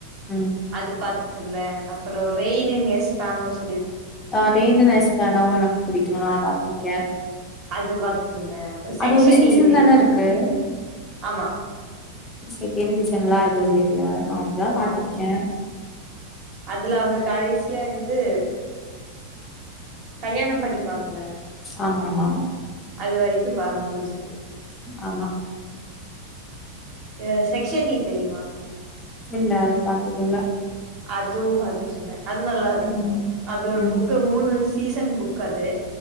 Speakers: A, on the left; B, on the right.
A: ம்
B: அது பாத்துட்ருந்தே ரெய்ன் இன் எஸ் ஆவோஸ்
A: அ ரேனென் ஐஸ் பான்டா எனக்கு பிடிக்கு நா
B: ஆ
A: பாத்திருக்கே
B: அது பாத்துட்டு இருந்தே அப்புறோ செக்ஷன்
A: அது ஒரு சீசன்
B: இ தெரியுமா
A: தானே இருக்கு
B: ஆமா
A: ஸெகன்ட் சீச ன்லா எதுவு இல்லைல நா ஒன்னுதா பாத்திருக்கே
B: ஆ அதுல அவங்க கடைசியா இந்து கல்யாணோ பண்ணிப்பாங்கல்ல
A: ஆமா ஆமா ஆமா
B: அது வரைக்கு பா முடிஞ்சுது
A: ஆமா
B: ய செக்க்ஷன் ஈ தெரியுமா
A: இல்ல அது பாத்ததில்ல
B: அதுவு பாத்துட்டு இருந்தே அது நல்லா இருக்கு
A: ம்
B: அது ஒரு
A: ம்
B: புக்க மூனு சீசன் புக் அது